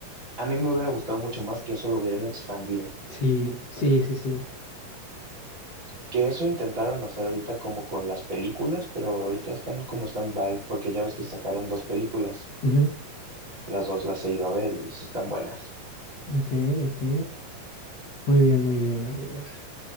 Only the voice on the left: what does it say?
Sí, sí, sí, sí.
Ujú.
Ok, ok. Muy bien, muy bien. A ver.